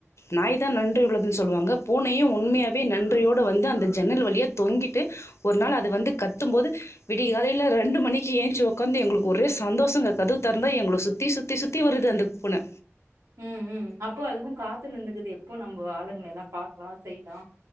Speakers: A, on the left (about 65°); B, on the right (about 85°).
A: நாய் தான் நன்றி உள்ளதுன்னு சொல்லுவாங்க பூனையும் உண்மையாகவே நன்றியோடு வந்து அந்த ஜன்னல் வழியாக தொங்கிட்டு ஒரு நாள் அது வந்து கத்தும் போது விடிய காலையில ரெண்டு மணிக்கு எஞ்ச்சி உக்காந்து எங்களுக்கு ஒரே சந்தோஷங்க கதவு தந்தா எங்கள சுத்தி சுத்தி சுத்தி வருது அந்த பூனை.
B: ம் உனம் அப்போ அதுவும் காத்து நின்னுக்குது எப்போ நம்போ ஆளுங்கள எல்லாம் பாக்கலா செய்லா